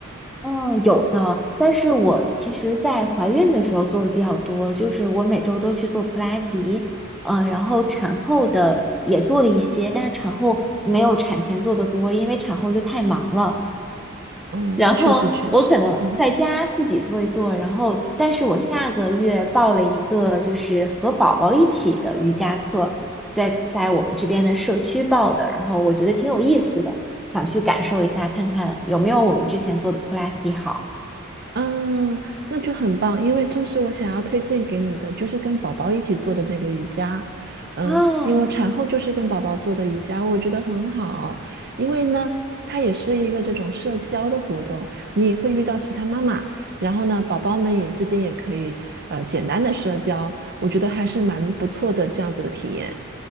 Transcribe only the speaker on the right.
嗯，
确实确实，嗯。
嗯，那就很棒，因为正是我想要推荐给你的，就是跟宝宝一起做的那个瑜伽。嗯，
因为我产后就是跟宝宝做的瑜伽，我觉得很好，因为呢，它也是一个这种社交的活动，你也会遇到其他妈妈，然后呢，宝宝们也之间也可以呃简单的社交，我觉得还是蛮不错的这样子的体验。